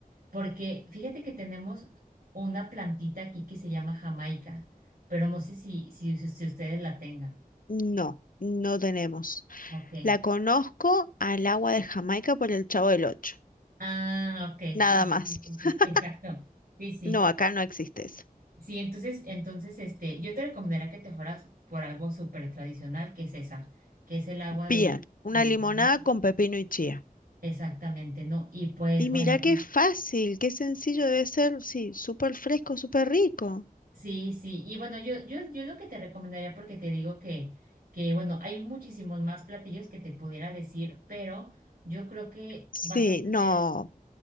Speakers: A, on the right; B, on the left.
A: Porque fíjate que tenemos una plantita aquí que se llama Jamaica, pero no sé si, si, si- si ustedes la tengan.
B: No, no tenemos.
A: Ok.
B: La conozco al agua de Jamaica por el Chavo del Ocho.
A: Ah, ok,
B: Nada
A: sí, sí,
B: más.
A: sí, sí, sí,
B: <laughs>
A: exacto. Sí, sí.
B: No, acá no existe eso.
A: Sí, entonces, entonces, este, yo te recomendaría que te fueras por algo súper tradicional, que es esa, que es el agua de,
B: Bien, una
A: de limón.
B: limonada con pepino y chía.
A: Exactamente, ¿no? Y pues,
B: Y
A: bueno,
B: mira qué
A: pues.
B: fácil, qué sencillo debe ser. Sí, súper fresco, súper rico.
A: Sí, sí, y bueno, yo, yo, yo lo que te recomendaría, porque te digo que, que, bueno, hay muchísimos más platillos que te pudiera decir, pero yo creo que
B: Sí,
A: vas a tener
B: no,